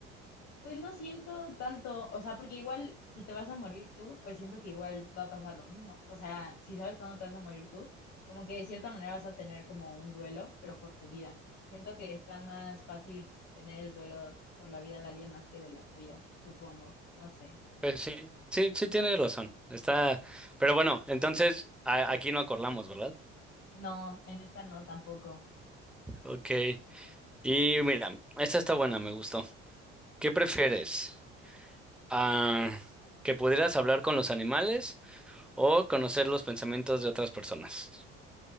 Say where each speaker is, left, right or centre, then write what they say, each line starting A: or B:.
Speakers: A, on the left; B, in the centre.
A: Pues no siento tanto, o sea, porque igual si te vas a morir tú, pues siento que igual va a pasar lo mismo. O sea, si sabes cuándo te vas a morir tú, como que de cierta manera vas a tener como un duelo, pero por tu vida. Y siento que está más fácil tener el duelo por la vida de alguien más que de la tuya, supongo. No sé.
B: Pues sí, sí, sí tienes razón. Está, pero bueno, entonces a- aquí no acordamos, ¿verdad?
A: No, en esta no tampoco.
B: Ok. Y mira, esta está buena, me gustó. ¿Qué prefieres? Ah, ¿que pudieras hablar con los animales o conocer los pensamientos de otras personas.